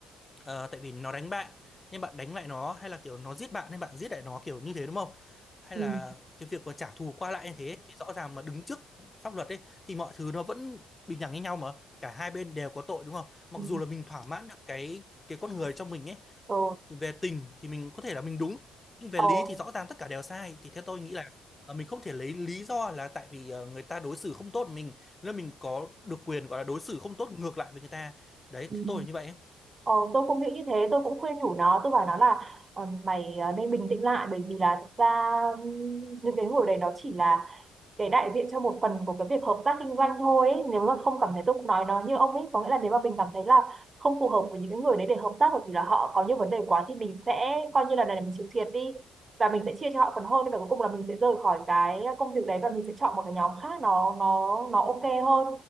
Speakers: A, on the left; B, on the right.
A: Ờ, tại vì nó đánh bạn nhưng bạn đánh lại nó hay là kiểu nó giết bạn nên bạn giết lại nó kiểu như thế đúng không? Hay
B: ừ
A: là cái việc mà trả thù qua lại như thế thì rõ ràng mà đứng trước pháp luật ấy thì mọi thứ nó vẫn bình đẳng với nhau mà cả hai bên đều có tội đúng không? Mặc
B: ừ
A: dù là mình thỏa mãn được cái cái con người trong mình ấy
B: ừ
A: về tình thì mình có thể là mình đúng nhưng về
B: ừ
A: lý thì rõ ràng tất cả đều sai thì theo tôi nghĩ là ờ, mình không thể lấy lý do là tại vì ờ, người ta đối xử không tốt với mình nên mình có được quyền gọi là đối xử không tốt ngược lại với người ta đấy
B: ừ
A: theo tôi là như vậy
B: Ờ, tôi cũng nghĩ như thế, tôi cũng khuyên nhủ nó, tôi bảo nó là ờ, mày ờ, nên bình tĩnh lại bởi vì là thực ra ừm, những cái hồi đấy nó chỉ là để đại diện cho một phần của cái việc hợp tác kinh doanh thôi ấy. Nếu mà không cảm thấy tôi cũng nói nó như ông ấy có nghĩa là nếu mà mình cảm thấy là không phù hợp với những cái người đấy để hợp tác bởi vì là họ có những vấn đề quá thì mình sẽ coi như là này là mình chịu thiệt đi và mình sẽ chia cho họ phần hơn và cuối cùng là mình sẽ rời khỏi cái công việc đấy và mình sẽ chọn một cái nhóm khác nó nó nó ok hơn